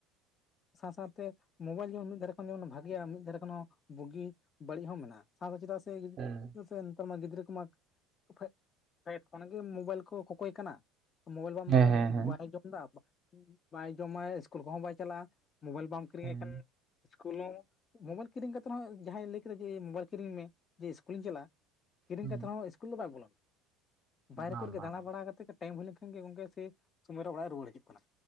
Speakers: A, on the left; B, on the right.
A: ᱥᱟᱶ ᱥᱟᱶᱟᱛᱮ ᱢᱳᱵᱟᱭᱤᱞ ᱡᱮᱢᱚᱱ ᱢᱤᱫ ᱫᱷᱟᱨᱮ ᱠᱷᱚᱱ ᱡᱮᱢᱚᱱ ᱵᱷᱟᱜᱮᱭᱟ ᱢᱤᱫ ᱫᱷᱟᱨᱮ ᱠᱷᱚᱱ ᱦᱚᱸ ᱵᱩᱜᱤ ᱵᱟᱹᱲᱤᱡ ᱦᱚᱸ ᱢᱮᱱᱟᱜᱼᱟ ᱟᱫᱚ ᱪᱮᱫᱟᱜ ᱥᱮ
B: ᱦᱮᱸ
A: <unintelligible> ᱱᱮᱛᱟᱨ ᱢᱟ ᱜᱤᱫᱽᱨᱟᱹ ᱠᱚᱢᱟᱠ ᱯᱷᱮᱰ ᱯᱷᱮᱰ ᱠᱷᱚᱱ ᱜᱮ ᱢᱳᱵᱟᱭᱤᱞ ᱠᱚ ᱠᱚᱠᱚᱭ ᱠᱟᱱᱟ ᱢᱳᱵᱟᱭᱤᱞ ᱵᱟᱢ ᱮᱢᱟᱭ
B: ᱦᱮᱸ
A: ᱠᱷᱟᱱ
B: ᱦᱮᱸ
A: ᱵᱟᱲᱤᱡᱚᱜ ᱡᱚᱜ ᱵᱟ ᱵᱟ ᱵᱟᱭ ᱡᱚᱢᱟ ᱤᱥᱠᱩᱞ ᱠᱚᱦᱚᱸ ᱵᱟᱭ ᱪᱟᱞᱟᱜᱼᱟ ᱢᱳᱵᱟᱭᱤᱞ ᱵᱟᱢ ᱠᱤᱨᱤᱧ
B: ᱦᱮᱸ
A: ᱟᱭ ᱠᱷᱟᱱ ᱤᱥᱠᱩᱞ ᱦᱚᱸ ᱢᱳᱵᱟᱭᱮᱞ ᱠᱤᱨᱤᱧ ᱠᱟᱛᱮᱫ ᱦᱚᱸ ᱡᱟᱦᱟᱸᱭ ᱮ ᱞᱟᱹᱭ ᱠᱮᱫᱟ ᱡᱮ ᱢᱳᱵᱟᱭᱤᱞ ᱠᱤᱨᱤᱧᱤᱧ ᱢᱮ ᱡᱮ ᱤᱥᱠᱩᱞ ᱤᱧ ᱪᱟᱞᱟᱜᱼᱟ ᱠᱤᱨᱤᱧ
B: ᱦᱮᱸ
A: ᱠᱟᱛᱮᱫ ᱦᱚᱸ ᱤᱥᱠᱩᱞ ᱫᱚ ᱵᱟᱭ ᱵᱚᱞᱚᱱᱟ ᱵᱟᱭᱨᱮ
B: ᱵᱟᱝ
A: ᱠᱚᱨᱮ ᱜᱮ
B: ᱵᱟᱝ
A: ᱫᱟᱬᱟᱵᱟᱲᱟ ᱠᱟᱛᱮ ᱴᱟᱭᱤᱢ ᱦᱩᱭ ᱞᱮᱱᱠᱷᱟᱱ ᱜᱮ ᱜᱚᱝᱠᱮ ᱥᱮ ᱥᱚᱢᱚᱭ ᱨᱮ ᱚᱲᱟᱜ ᱮ ᱨᱩᱣᱟᱹᱲ ᱦᱤᱡᱩᱜ ᱠᱟᱱᱟ